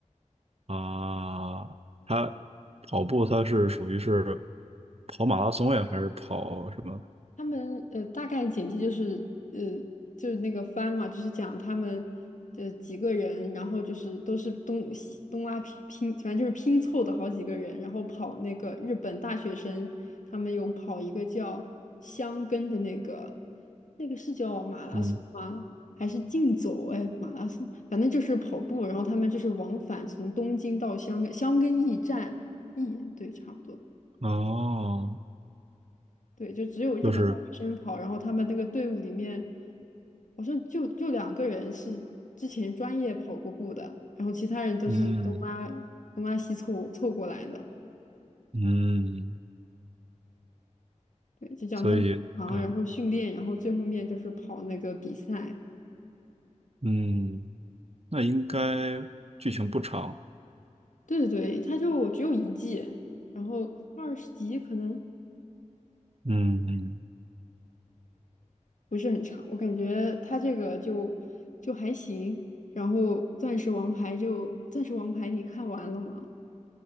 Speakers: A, on the right; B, on the left.
A: 啊，他跑步他是属于是跑马拉松呀，还是跑什么？
B: 他们呃大概简介就是呃就是那个番嘛，就是讲他们呃几个人，然后就是都是东西东拉拼拼，反正就是拼凑的好几个人，然后跑那个日本大学生，他们有跑一个叫箱根的那个，那个是叫马拉松吗？
A: 嗯，
B: 还是竞走？哎，马拉松，反正就是跑步，然后他们就是往返从东京到香根，箱根驿站，驿，对，差不多。
A: 哦，
B: 对，就只有日本大学生跑，
A: 就是
B: 然后他们那个队伍里面，好像就就两个人是之前专业跑过步的，然后其他人都是东拉东拉西凑凑过来的。
A: 嗯嗯，
B: 对，就讲他们忙，
A: 所以嗯
B: 然后训练，然后最后面就是跑那个比赛。
A: 嗯，那应该剧情不长，
B: 对对对，他就只有一季，然后二十集可能
A: 嗯嗯。
B: 不是很长，我感觉他这个就就还行。然后钻石王牌就钻石王牌，你看完了吗？